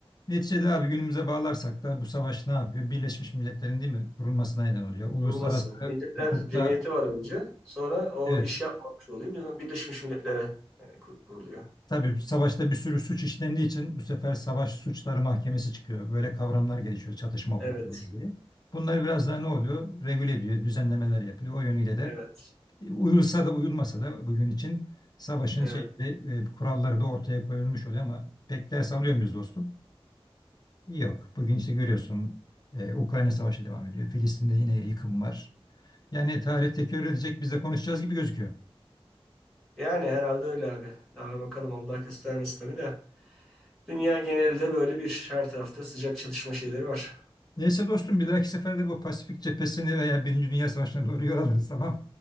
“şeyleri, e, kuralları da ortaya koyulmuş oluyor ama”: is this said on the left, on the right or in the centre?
Left